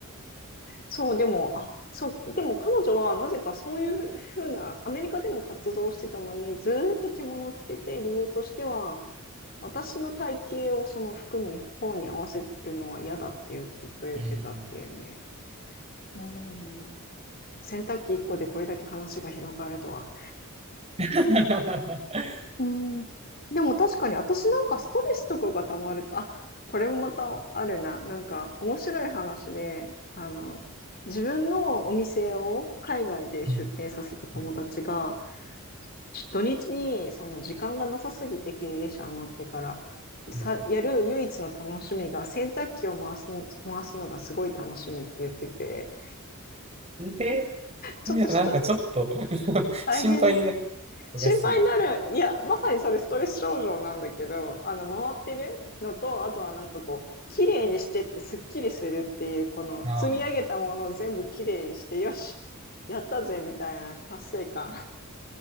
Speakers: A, on the left; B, on the right.
A: そう、でも、あ、そう、でも彼女はなぜかそういうふうな、アメリカでも活動してたのに、ずーっと着物を着てて、理由としては、私の体型をその服に、方に合わせるのは嫌だっていうずっと言ってたっていうね。
B: うん
A: うん。洗濯機1個でこれだけ話が広がるとは。
B: <laughs>
A: うん。でも確かに私なんかストレスとかがたまると、あ、これもまたあるな。なんか面白い話で、あの、自分のお店を海外で出店させた友達が、
B: うんはいはい
A: ち土日にその時間がなさすぎて経営者になってからさ、
B: うん
A: やる唯一の楽しみが洗濯機を回す、回すのがすごい楽しみって言ってて、
B: えー
A: ちょっとした
B: いや、なんかちょっと <laughs>
A: 大変な、
B: 心配になる人がしそうで。
A: 心配になる、いや、まさにそれストレス症状なんだけど、あの、回ってるのと、あとはなんかこう、綺麗にしてってすっきりするっていう、この積み上げたものを全部綺麗にして、
B: ああ。う
A: よし、やったぜみたいな達成感。